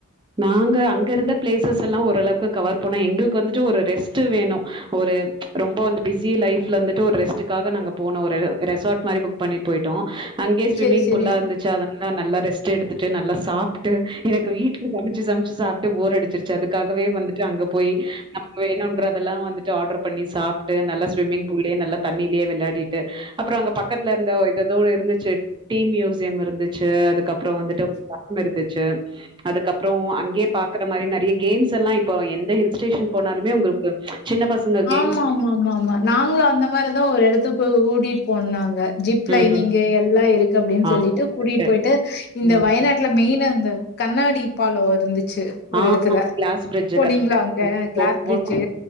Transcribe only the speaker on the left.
சரி சரி
ஆமா ஆமா ஆமா ஆமா நாங்களு அந்த மாரிதா ஒரு எடத்துக் கு கூட்டிட் போனாங்க ஜிப் லைனிங்கு
எல்லா இருக்கு அப்டின்
சொல்லிட்டு
கூட்டிட் போயிட்டு இந்த
வயநாட்டுல மெயின்னா அந்த கண்ணாடி பாலோ இருந்துச் சு ஒரு
எடத்துல
போனீங்களா
அங்க
கிளாஸ்
பிரிஜ்ஜு